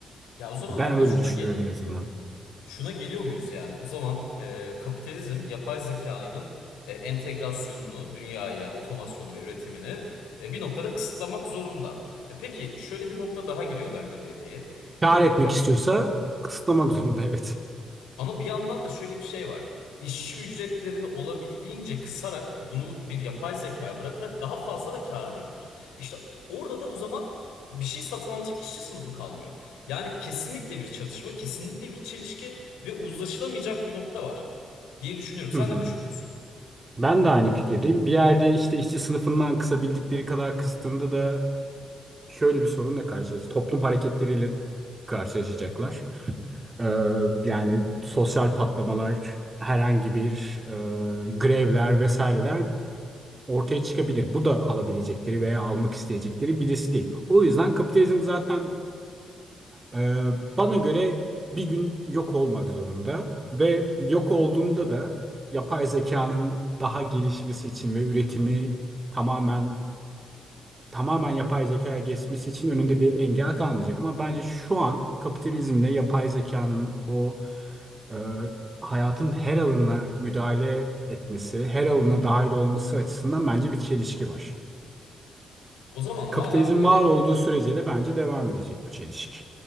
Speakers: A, on the left; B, on the right.
A: Ya o zaman
B: Ben
A: abi
B: öyle
A: şuna
B: düşünüyorum
A: gel
B: en azından.
A: Şuna geliyor muyuz yani? O zaman e, kapitalizm yapay zekanın e, entegrasyonunu, dünyaya yani otomasyonu ve üretimini e, bir noktada kısıtlamak zorunda. E, peki şöyle bir nokta daha giriyor bence devreye. E,
B: Kâr etmek
A: kap-
B: istiyorsa kısıtlamak zorunda evet.
A: ama bir yandan da şöyle bir şey var. İşçi ücretlerini olabildiğince kısarak bunu bir yapay zekaya bırakarak daha fazla da kâr edebilir. İşte orada da o zaman bir şey satın alacak işçi sınıfı kalmıyor. Yani kesinlikle bir çatışma, kesinlikle bir çelişki ve uzlaşılamayacak bir nokta var diye düşünüyorum. Sen
B: Hı hı.
A: ne düşünüyorsun?
B: Ben de aynı fikirdeyim. Bir yerde işte işçi sınıfından kısabildikleri kadar kıstığında da şöyle bir sorunla karşılaşacak. Toplum hareketleriyle karşılaşacaklar. Ee, yani sosyal patlamalar, herhangi bir e, grevler vesaireler ortaya çıkabilir. Bu da alabilecekleri veya almak isteyecekleri bir risk değil. O yüzden kapitalizm zaten ee, bana göre bir gün yok olmak zorunda ve yok olduğunda da yapay zekanın daha gelişmesi için ve üretimi tamamen tamamen yapay zekaya geçmesi için önünde bir engel kalmayacak. Ama bence şu an kapitalizmle yapay zekanın o e, hayatın her alanına müdahale etmesi, her alanına dahil olması açısından bence bir çelişki var.
A: O zaman
B: Kapitalizm
A: madem böyle
B: var olduğu sürece de bence devam edecek bu çelişki.